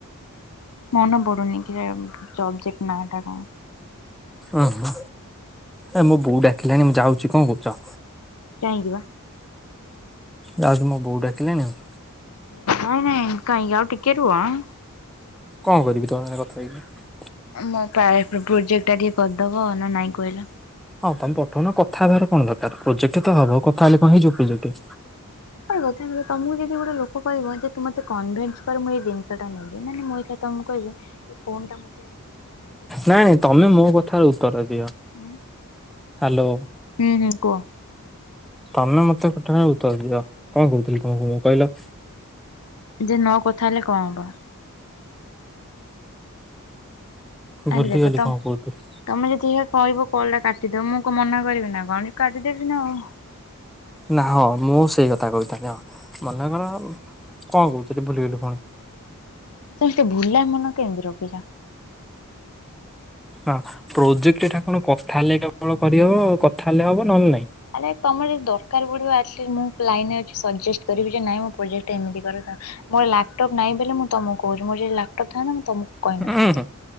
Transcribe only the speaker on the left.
ମନେ ପଡୁନି କି ପ୍ରୋଜେକଟ ନା ଟା କଣ।
କାହିଁକି ବା।
ଓ ନାଇଁ ନାଇଁ କାହଁ ଆଉ ଟିକେ ରୁହ ହଁ।
ମୋ ପା ପ୍ରୋଜେକ୍ଟ ଟା ଟିକେ କରିଦବ ନା ନାଇଁ କହିଲ।
<unintelligible> ତମକୁ ଯଦି ଗୋଟେ ଲୋକ କହିବ ଯେ ତୁ ମତେ କନଭିଂଷ୍ ମୁଁ ଏଇ ଜିନିଷଟା ନେବି ମାନେ ମୁଁ ଏଇଟା ତମକୁ କହିବି ଏ ଫୋନ୍ ଟା ମତେ ମୁଁ ନେବି ଯୋଉଠାରୁ
ତୁ ମତେ
କହ
ଉଁ
ହୁଁ ହୁଁ କୁହ।
ଆଜି ନ କଥା ହେଲେ କଣ ହବ? ଆଣ୍ଡ
ଦେଖ ତମ
ତମେ ଯଦି ଏଇଆ କହିବ କଲ୍ ଟା କା ସେ ତମକୁ ମନା କରିବି ନା କଣ ଇଏ କାଟିଦେବି ନା ଆଉ।
ସେମିତି ଭୁଲା ମନ କେମିତି ରଖିଚ।
ଆରେ ତମର ଯଦି ଦରକାର ପଡିବ ଆଟଲିଷ୍ଟ ମୁଁ ଲାଇନରେ ଅଛି। ସଜେଷ୍ଟ କରିବି ଯେ ନାଇଁ ମୋ ପ୍ରୋଜେକ୍ଟା ଏମତି କର ମୋର ଲାପଟପ୍ ନାହିଁ ବୋଲି ମୁଁ ତମକୁ କୋହୁଚି। ମୋର ଯଦି ଲାପଟପ୍ ଥାନ୍ତା ମୁଁ ତମକୁ କହିନଥାନ୍ତି।